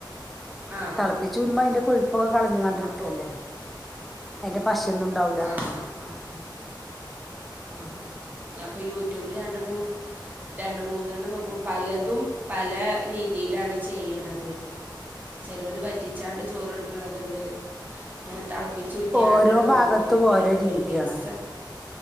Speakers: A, on the right; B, in the centre.
A: ആഹ്
B: തളപ്പിച്ച് ഊറ്റുമ്പോ അതിന്റെ കൊഴുപ്പൊക്കെ കളഞ്ഞാണ്ട് ഇട്ക്കല്ലേ
A: അപ്പൊ
B: അതിന്റെ പഷ ഇണ്ടാവൂല
A: ആഹ് ആഹ് ആഹ് ഞാൻപ്പോ യൂട്യൂബിൽ രണ്ട് മൂന്ന് രണ്ട മൂന്നെണ്ണം നോ പലതും പല രീതിയിലാണ് ചെയ്യണത്. ചെലോല് വറ്റിച്ചാണ്ട് ചോറ്ട്ക്ക്ണത്ണ്ട് ഇങ്ങനെ തള ഇ ചുറ്റിയാണ്ടുള്ളതുണ്ട്
B: ഓരോ ഭാഗത്തും
A: പിന്നെ
B: ഓരോ
A: അതേമാരി
B: രീതിയാണ്
A: മിക്സ